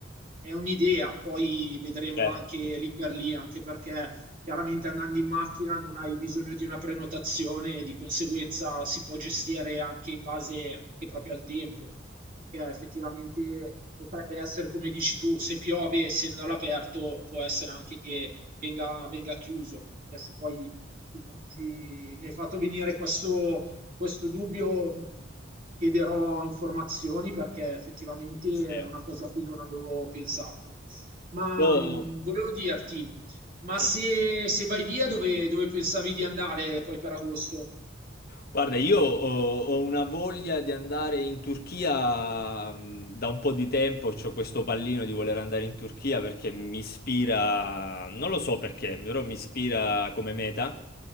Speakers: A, on the right (about 45°); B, on the left (about 55°).
A: è un'idea, poi vedremo
B: Certo,
A: anche lì per lì, anche perché chiaramente andando in macchina non hai bisogno di una prenotazione, di conseguenza si può gestire anche in base anche proprio al tempo, che effettivamente potrebbe essere come dici tu, se piove essendo all'aperto può essere anche che venga, venga chiuso. Adesso poi ti- ti- mi hai fatto venire questo, questo dubbio chiederò informazioni perché effettivamente
B: Sì.
A: è una cosa a cui non avevo pensato. Ma
B: Io-
A: mh, volevo dirti, ma
B: sì.
A: se, se vai via dove, dove pensavi di andare poi per agosto?
B: Guarda, io ho, ho una voglia di andare in Turchia mh, da un po' di tempo, ho questo pallino di voler andare in Turchia perché mi ispira, non lo so perché, però mi ispira come meta.